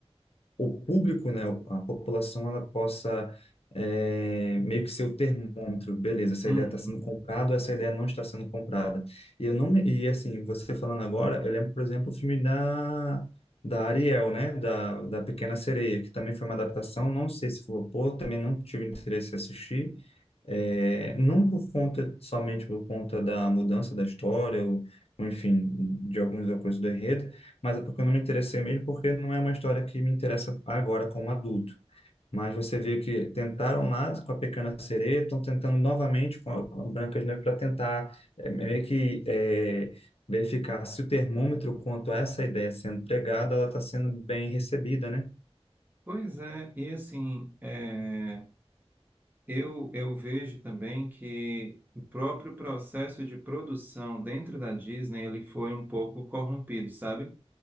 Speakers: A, on the left; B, on the right.
A: o público, né, a população ela possa é, meio que ser o termômetro, beleza? Essa
B: Uhum.
A: ideia está sendo comprada, ou essa ideia não está sendo comprada. E eu não me- e assim você falando agora, eu lembro por exemplo o filme da da Ariel, né? Da, da Pequena Sereia, que também foi uma adaptação. Não sei se flopou, também não tive interesse em assistir. É, não por conta, somente por conta da mudança da história, ou, ou, enfim, de algumas coisas do enredo, mas é porque eu não me interessei mesmo, porque não é uma história que me interessa agora como adulto. Mas você vê que tentaram lá com a Pequena Sereia, estão tentando novamente com a Branca de Neve para tentar é, meio que é, verificar se o termômetro quanto a essa ideia sendo pregada, ela está sendo bem recebida, né?
B: Pois é, e assim, é, eu, eu vejo também que o próprio processo de produção dentro da Disney ele foi um pouco corrompido, sabe?